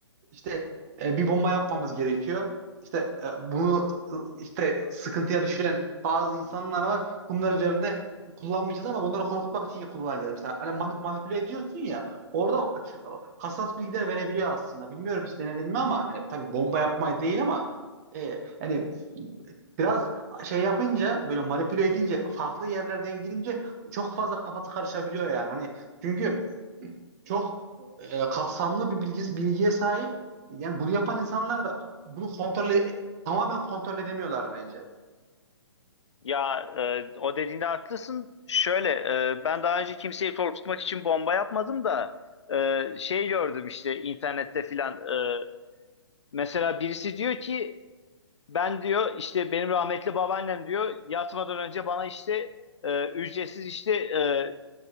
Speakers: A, on the right (about 35°); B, on the left (about 75°).
A: işte e, bir bomba yapmamız gerekiyor. İşte e, bunu e, işte sıkıntıya düşüren bazı insanlar var. Bunlar üzerinde kullanmayacağız ama bunları korkutmak için ya kullanacağız. Mesela hani manip- manipüle ediyorsun ya orada hassas bilgiler verebiliyor aslında. Bilmiyorum hiç denedin mi ama hani tabii bomba yapmayı değil ama e, yani biraz şey yapınca böyle manipüle edince farklı yerlerden girince çok fazla kafası karışabiliyor yani. Hani çünkü çok e, kapsamlı bir bilgisi bilgiye sahip. Yani bunu yapan insanlar da bunu kontrol e- tamamen kontrol edemiyorlar bence.
B: Ya e, o dediğinde haklısın. Şöyle e, ben daha önce kimseyi korkutmak için bomba yapmadım da e, şey gördüm işte internette filan. E, mesela birisi diyor ki ben diyor işte benim rahmetli babaannem diyor yatmadan önce bana işte e, ücretsiz işte e,